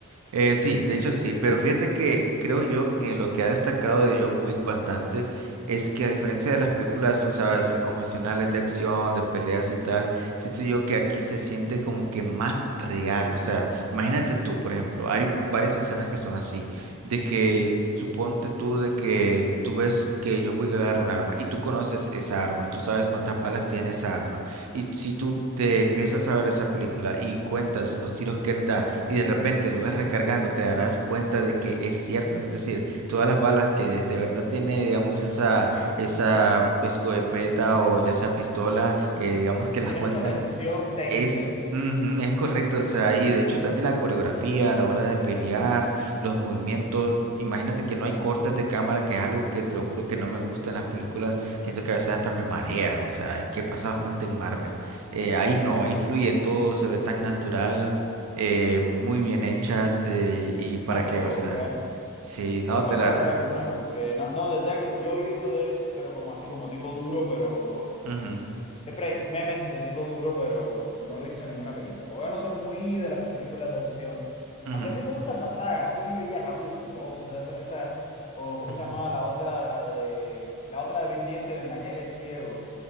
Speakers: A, on the right; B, on the left.
A: Eh, sí, de hecho sí, pero fíjate que creo yo que lo que ha destacado de John Wick bastante es que a diferencia de las películas, tú sabes, eh, convencionales de acción, de peleas y tal, siento yo que aquí se siente como que más real, o sea, imagínate tú, por ejemplo, hay varias escenas que son así, de que suponte tú de que tú ves que John Wick agarra un arma y tú conoces esa arma, tú sabes cuántas balas tiene esa arma. Y si tú te empiezas a ver esa película y cuentas los tiros que él da y de repente lo ves recargando, te darás cuenta de que es cierto. Es decir, todas las balas que de verdad tiene, digamos, esa, esa escopeta o ya sea pistola, eh, digamos que las
B: Tiene
A: cuentan
B: mucha precisión técnica.
A: es, ujú, es correcto, o sea, y de hecho también la coreografía a la hora de pelear, los movimientos, imagínate que no hay cortes de cámara, que es algo que te lo juro que no me gusta en las películas, siento que a veces hasta me marea, o sea, que pasa bastante en Marvel. Eh, ahí no, ahí fluye todo, se ve tan natural, eh, muy bien hechas, eh, y para
B: Ah, me
A: qué,
B: la voy
A: o sea,
B: a buscar. Me
A: sí, no,
B: voy a buscar
A: te la...
B: para ver alguna, porque no, no, desde que yo he oído de él, pero como así, como tipo duro, pero
A: ujú,
B: Siempre hay memes de tipo duro, pero no he visto ninguna película. Porque yo no soy muy de las películas de acción.
A: ujú,
B: Aunque sí me gustan las sagas, sí veía Rápido y Furioso y toda esa, esa- o ¿cómo
A: ujú.
B: se llamaba la otra? La de, la otra de Vin Diesel en la que él es ciego.